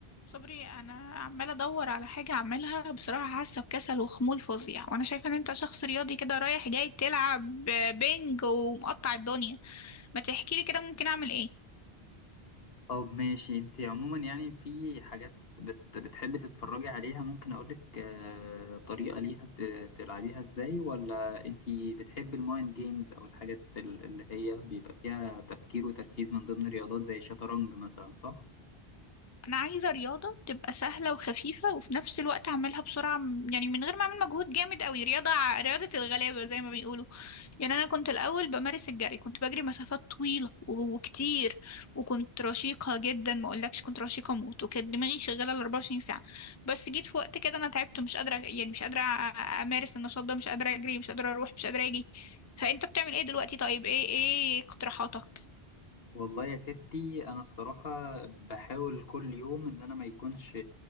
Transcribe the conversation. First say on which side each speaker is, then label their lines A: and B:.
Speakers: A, on the left; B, on the left.
A: صبري انا عماله ادور على حاجه اعملها بصراحه حاسه بكسل وخمول فظيع وانا شايفه ان انت شخص رياضي كده رايح جاي تلعب بينج ومقطع الدنيا ما تحكي لي كده ممكن اعمل ايه
B: طب ماشي انت عموما يعني في حاجات بت... بتحبي تتفرجي عليها ممكن اقولك آه، طريقة ليها ت... تلعبيها ازاي ولا انت بتحبي المايند جيمز او الحاجات ال- اللي هي بيبقى فيها تفكير وتركيز من ضمن الرياضات زي الشطرنج مثلا صح؟
A: انا عايزه رياضه تبقى سهله وخفيفه وفي نفس الوقت اعملها بسرعه م- يعني من غير ما اعمل مجهود جامد قوي رياضه ع- رياضه الغلابه زي ما بيقولوا يعني انا كنت الاول بمارس الجري كنت بجري مسافات طويله و- وكتير وكنت رشيقه جدا ما اقولكش كنت رشيقه موت وكانت دماغي شغاله ال 24 ساعه بس جيت في وقت كده انا تعبت مش قادره يعني مش قادره أ- امارس النشاط ده مش قادره اجري مش قادره اروح مش قادره اجي فانت بتعمل ايه دلوقتي طيب ايه ايه اقتراحاتك
B: والله يا ستي انا الصراحه بحاول كل يوم ان انا ما يكونش